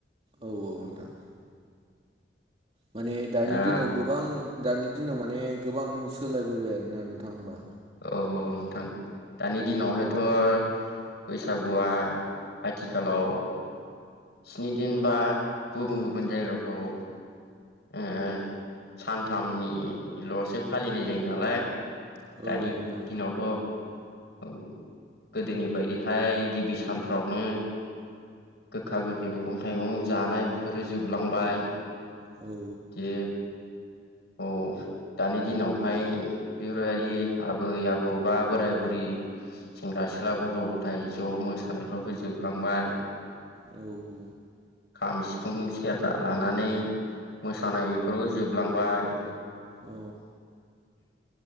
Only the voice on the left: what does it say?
दा
औ औ नोंथां दानि दिनावहायथ' बैसागुआ आथिखालाव स्नि दिन बा गुबुन गुबुन जायगाफ्राव ओ सानथामनिल'सो फालिनाय जायो नालाय दानि
दिनाव थ' औ गोदोनि बायदिहाय गिबि सानफ्रावनो गोखा गोखै मैगं थाइगं जानाय बेफोरो जोबलांबाय
बे औ दानि दिनावहाय बेफोरबायदि आबै आबौ बा बोराय बुरि सेंग्रा सिख्ला गथ' गथाय ज' मोसानायफ्रावबो जोबलांबाय।
खाम सिफुं सेरजा लानानै मोसानाय बेफोरबो जोबलांबाय